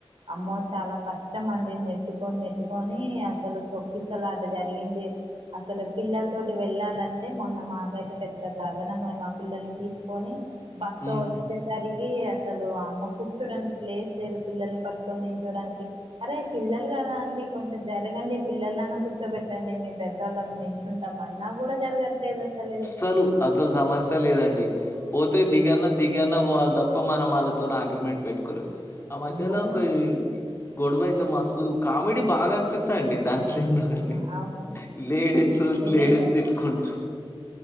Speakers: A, on the right; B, on the left.
A: అమ్మో చాలా కష్టం అండి నెట్టుకొని నెట్టుకొని అసలు తొక్కిసలాట జరిగింది అస లు పిల్లల తోటి వెళ్ళాలంటే మొన్న మాకైతే పెద్ద గగనమే మా పిల్లల్ని తీసుకొని బస్సు
B: హ్మ్.
A: వచ్చేసరి కి అసలు వామ్మో కూర్చోడానికి ప్లేస్ లేదు పిల్లల్ని పట్టుకొని నించోడానికి అరే పిల్లలుగా కదా అండి కొంచెం జరగండి పిల్లలనన్న కూర్చోబెట్టండి మేము పెద్దవాళ్ళం నించుంటాం అన్నా కూడా జరగ ట్లే లేదసలు
B: అసలు అసలు సమస్య ఏ లేదండి పోతే దిగన్న దిగన్ న్న పోవాలి వాళ్ళ తప్ప మనం వాళ్ళతోని అగ్రిమెంట్ పెట్టుకోలేం ఆ మధ్యల
A: అమ్మో
B: ఒక గొడవైతే మస్తు కామెడీ బాగా అనిపిస్తాదండి దం ట్లేందో కాని
A: ఆ అవును
B: లేడీస్
A: నిజంగా
B: లేడీస్ తిట్టుకుంటు